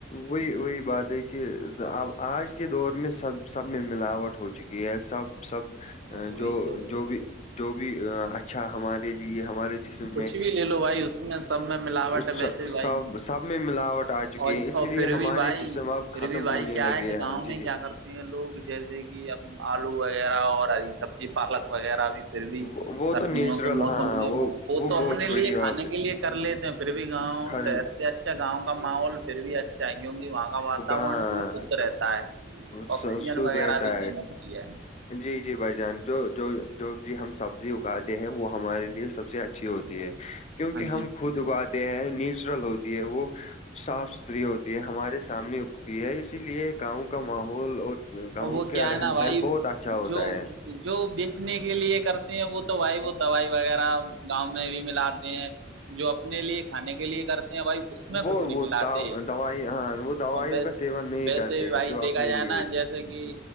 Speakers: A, on the left (about 35°); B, on the right (about 75°).
A: وہی
B: ہاں جی
A: وہی بات ہے کہ کہ اب آج کے دور میں سب سب میں ملاوٹ ہو چکی ہے سب سب
B: وہی
A: جو
B: تو
A: جو بھی جو بھی اچھا ہمارے لیے ہمارے جسم
B: کچھ
A: میں
B: بھی لے لو بھائی اس میں سب میں ملاوٹ
A: اس
B: ہے ویسے بھی بھائی
A: سب میں ملاوٹ آ چکی
B: اور
A: ہے اسی
B: اور
A: لیے
B: پھر
A: ہمارے
B: بھی بھائی
A: جسم اب
B: پھر
A: ختم
B: بھی بھائی
A: ہونے
B: کیا
A: لگے
B: ہے کہ
A: ہیں
B: گاؤں
A: جی
B: میں
A: جی
B: کیا کرتے ہیں لوگ جیسے کہ اب آلو وغیرہ اور ہری سبزی پالک وغیرہ بھی پھر بھی
A: وہ وہ
B: سردیوں
A: تو نیچرل
B: کے موسم
A: ہاں
B: میں وہ وہ تو اپنے
A: بہت
B: لیے
A: بڑی بات
B: کھانے
A: ہے
B: کے لیے کر لیتے ہیں پھر بھی گاؤں
A: گھر
B: شہر سے اچھا گاؤں کا ماحول پھر بھی اچھا ہے کیونکہ وہاں کا واتاورن
A: ہاں
B: بھی شد رہتا ہے
A: س-
B: آکسیجن
A: سود
B: وغیرہ
A: رہتا
B: بھی صحیح ملتی ہے
A: جی جی بھائی جان جو جو جو ہم سبزی اگاتے ہیں وہ ہمارے لیے سب سے اچھی اچھی ہوتی ہے کیونکہ
B: ہاں جی
A: ہم خود اگاتے ہیں نیچرل ہوتی ہے وہ صاف ستھری ہوتی ہے ہمارے سامنے اگتی ہے اسی لیے گاؤں کا ماحول اور گاؤں
B: اور وہ کیا
A: کا رہن
B: ہے نا بھائی
A: سہن بہت اچھا ہوتا
B: جو
A: ہے
B: جو بیچنے کے لیے کرتے ہیں وہ تو بھائی وہ دوائی وغیرہ گاؤں میں بھی ملااتے ہیں جو اپنے لیے کھانے کے لیے کرتے ہیں بھائی اس میں
A: وہ
B: کچھ نہیں
A: وہ
B: ملاتے
A: دا- دوائی ہاں وہ دوائیوں
B: ویسے
A: کا سیون نہیں کرتے
B: بھی بھائی
A: ہیں جو
B: دیکھا
A: اپنے
B: جائے
A: لیے
B: نا جیسے کہ